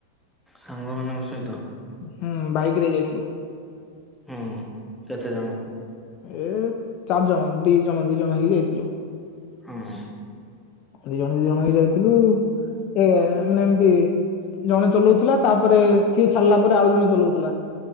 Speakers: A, in the centre; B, on the left.
A: ସାଙ୍ଗମାନଙ୍କ ସହିତ
B: ହୁଁ ବାଇକ ରେ ଯାଇଥିଲୁ।
A: ହଁ କେତେ ଜଣ।
B: ଏ ଚାରି ଜଣ ଦି ଜଣ ଦି ଜଣ ହେଇକି ଯାଇଥିଲୁ।
A: ହଁ।
B: ଦି ଜଣ ଦି ଜଣ ହେଇ ଯାଇଥିଲୁ ଏ ମାନେ ଏମତି ଜଣେ ଚଲୋଉଥୁଲା ତାପରେ ସିଏ ଛାଡିଲା ପରେ ଆଉ ଜଣେ ଚଲୋଉ